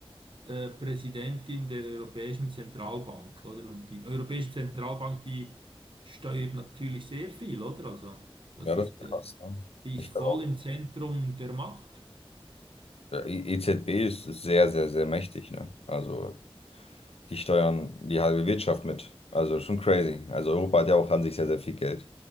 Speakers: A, on the right; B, on the left.
A: äh, Präsidentin der Europäischen Zentralbank, oder? Und die Europäische Zentralbank, die steuert natürlich sehr viel, oder? Also, das
B: Ja, das
A: ist,
B: ist krass.
A: äh,
B: Ne?
A: die
B: Ich
A: ist
B: glaube,
A: voll
B: auch,
A: im Zentrum der Macht.
B: der E- EZB ist, ist sehr, sehr, sehr mächtig. Ne? Also die steuern die halbe Wirtschaft mit. Also schon crazy. Also Europa hat ja auch an sich sehr, sehr viel Geld.